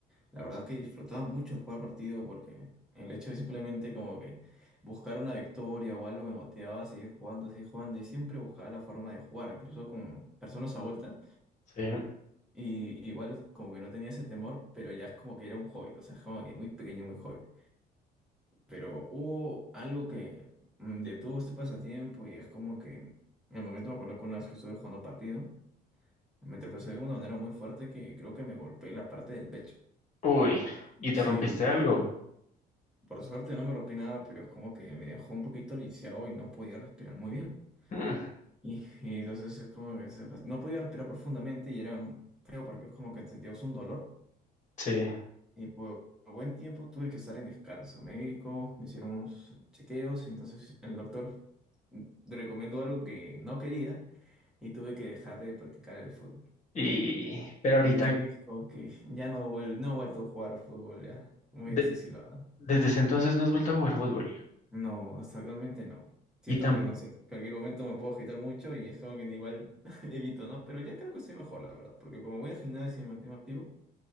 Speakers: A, in the centre; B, on the left.
A: la verdad es que disfrutaba mucho el jugar partido porque el hecho de simplemente como que buscar una victoria o algo me motivaba a seguir jugando, a seguir jugando y siempre buscaba la forma de jugar, incluso con personas adultas.
B: Sí.
A: Y igual como que no tenía ese temor, pero ya es como que era un hobby, o sea, es como que muy pequeño, muy joven. Pero hubo algo que mm, detuvo este pasatiempo y es como que en el momento me acuerdo que una vez que estuve jugando partido, me tropecé de una manera muy fuerte que creo que me golpeé la parte del pecho.
B: Uy, ¿y te
A: Sí,
B: rompiste algo?
A: Por suerte no me rompí nada, pero es como que me dejó un poquito lisiado y no podía respirar muy bien.
B: Mm,
A: Y, y entonces es como que se- no podía respirar profundamente y era feo porque es como que sentías un dolor.
B: sí.
A: Y por buen tiempo tuve que estar en descanso médico, me hicieron unos chequeos y entonces el doctor mm, recomendó algo que no quería y tuve que dejar de practicar el fútbol.
B: Y pero ahorita,
A: Y decidí que ya no, vuel- no he vuelto a jugar al fútbol ya. Muy
B: de-
A: difícil, ahora.
B: desde ese entonces no has vuelto a jugar fútbol.
A: No, hasta actualmente no. Siento
B: Y tam
A: que no sé, en cualquier momento me puedo agitar mucho y es como que igual <laughs> evito, ¿no? Pero ya creo que soy mejor, la verdad, porque como voy a gimnasio y me mantengo activo,